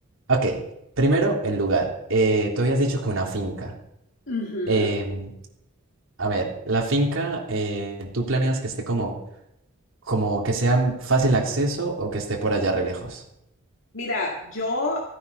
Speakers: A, on the right; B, on the left.
A: Ok, primero el lugar. Eh, tú habías dicho que una finca.
B: Ujú.
A: Em, a ver, la finca, eh, ¿tú planeas que esté como, como que sea fácil acceso o que esté por allá re lejos?
B: Mira, yo